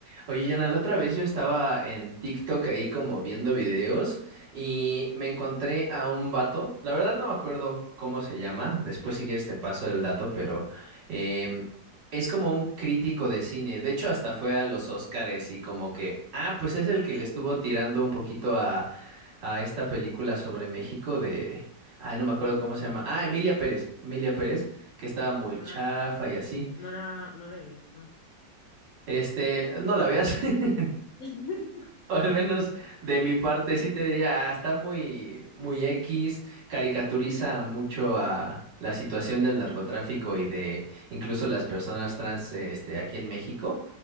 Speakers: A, on the right (about 85°); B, on the left (about 70°).
A: Oye, Yana, la otra vez yo estaba en TikTok ahí como viendo videos y me encontré a un vato. La verdad no me acuerdo cómo se llama. Después si quieres te paso el dato, pero em, es como un crítico de cine. De hecho, hasta fue a los Oscars y como que, ah, pues es el que le estuvo tirando un poquito a, a esta película sobre México de... Ay, no me
B: ¿Cuál?
A: acuerdo cómo se llama. Ah, Emilia Pérez. Emilia Pérez, que estaba
B: Oh,
A: muy
B: no
A: chafa
B: la,
A: y así.
B: no la, no la he visto.
A: Este, no la veas. <laughs>
B: <laughs>
A: <laughs> O al menos de mi parte sí te diría, "Ah, está muy, muy X, caricaturiza mucho a la situación del narcotráfico y de incluso las personas trans, este, aquí en México.